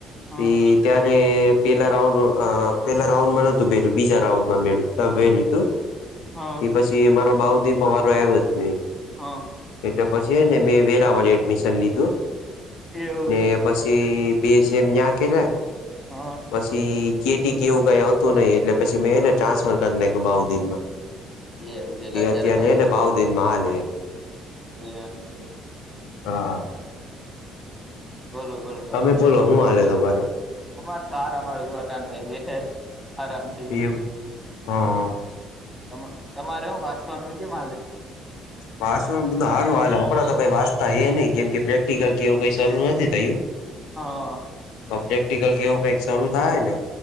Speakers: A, in the centre; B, on the left.
A: હા
B: એ ત્યારે. એટલે પેલા રાઉન્ડ પેલા રાઉન્ડમાં નતું, વેલું બીજા રાઉન્ડમાં મેળ્યું વહેલું તું.
A: હા
B: એ પછી મારો બાઉદિનમાં વારો આવ્યો જ નહી.
A: હા!
B: એટલે પછી એને, મેં વેરાવળે એડમિશન લીધું.
A: એવું
B: ને
A: છે
B: પછી બે જેમ કેયા.
A: હા!
B: પછી ગેટી કે એવું કઈ હતું નહી. એટલે પછી મેંને ટ્રાન્સફર કરી નાખ્યું બઉ દિનમાં.
A: એ એવું છે એટલે
B: એવત
A: અત્યારે
B: એ્યારેને
A: બઉ ધૂનમાં
B: બાઉુદીિન માાલ.
A: એમ છે.
B: હા!
A: બોલો બોલો કથી.
B: તમે બોલો હું આલે તમારે?
A: અમાર કાર અમાર જોટાણ ત બેઠા આરામથી.
B: એવું હા હા!
A: તમા તમારે હ વાસવાનુંન કે માલે?
B: વાસવા બધું સારું હાલ હમણાં તો વાંતા હ નહીં. કેમ કે પ્રેક્ટિકલ કે એવું કઈ શરૂું નથી થયું.
A: હા!
B: પ્રેક્ટિકલ કે એવું કઈક શરૂ થાય ને?